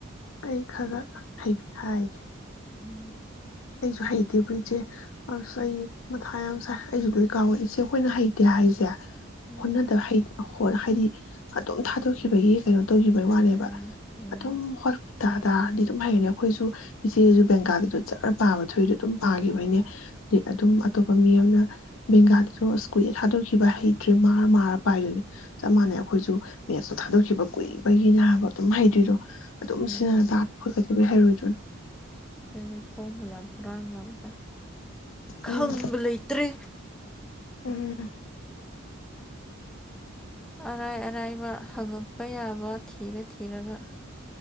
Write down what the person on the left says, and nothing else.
ꯑꯩ ꯈ ꯒ ꯍꯥꯏꯒꯦ
ꯑꯩꯁꯨ ꯍꯩꯇꯦꯕꯣ ꯏꯆꯦ ꯑꯁ ꯑꯩ ꯃꯊꯥ ꯌꯥꯝ ꯁꯥꯏ ꯑꯩꯁꯨ ꯂꯣꯏ ꯀꯥꯎꯔꯛꯏ ꯏꯆꯦ ꯑꯩꯈꯣꯏꯅ ꯍꯩꯇꯦ ꯍꯥꯏꯖꯦ
ꯍꯣꯠꯅꯗꯕ ꯍꯩ ꯍꯣ ꯍꯥꯏꯗꯤ ꯑꯗꯨꯝ ꯊꯥꯗꯣꯛꯈꯤꯕꯒꯤ ꯀꯩꯅꯣ ꯇꯧꯈꯤꯕꯩ
ꯋꯥꯅꯦꯕ
ꯑꯗꯨꯝ ꯍꯣꯠ ꯗꯥꯗꯥꯗꯤ ꯑꯗꯨꯝ ꯍꯩꯔꯤꯅꯦ ꯑꯩꯈꯣꯏꯁꯨ ꯏꯆꯦꯁꯨ ꯕꯦꯡꯒꯥꯜꯂꯤꯗꯨꯁꯨ ꯖꯔ ꯄꯥꯕ ꯊꯣꯛꯏꯗꯣ ꯑꯗꯨꯝ ꯄꯥꯒꯤꯕꯩꯅꯦ ꯑꯗꯨꯝ
ꯑꯇꯣꯞꯄ ꯃꯤ ꯑꯃꯅ ꯕꯦꯡꯒꯥꯂꯤꯗꯣ ꯑꯁ ꯀꯨꯏꯔꯦ ꯊꯥꯗꯣꯛꯈꯤꯕ ꯍꯩꯇ꯭ꯔꯦ ꯃꯥꯔ ꯃꯥꯔ ꯄꯥꯏꯗꯨꯅꯦ ꯆꯞ ꯃꯥꯟꯅꯩ ꯑꯩꯈꯣꯏꯁꯨ ꯃꯦꯠꯁꯇꯣ ꯊꯥꯗꯣꯛꯈꯤꯕ ꯀꯨꯏꯕꯒꯤꯅꯦ ꯍꯥꯏꯕ ꯑꯗꯨꯝ ꯍꯩꯇ꯭ꯔꯤꯗꯣ ꯑꯗꯨꯝ
ꯁꯤꯅ ꯗ ꯍꯩꯔꯣꯏꯗ꯭ꯔꯣ
ꯎꯝ
ꯎꯝ